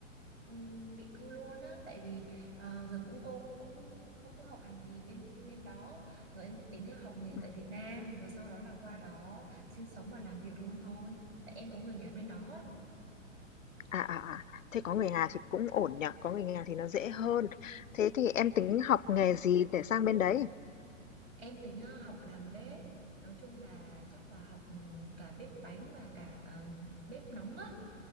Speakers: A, on the right; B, on the left.
A: ừm, định cư luôn á tại vì à, giờ cũng công cũng không có học hành gì bên bên đó rồi em tính là học nghề
B: Ừ.
A: tại Việt Nam rồi sau đó là qua đó sinh sống và làm việc luôn thôi tại em có người nhà bên đó á.
B: À à à, thế có người nhà thì cũng ổn nhỉ, có người nhà thì nó dễ hơn. Thế thì em tính học nghề gì để sang bên đấy?
A: em tính à, học làm bếp nói chung là chắc là học ừm, cả bếp bánh và cả ờm, bếp nóng á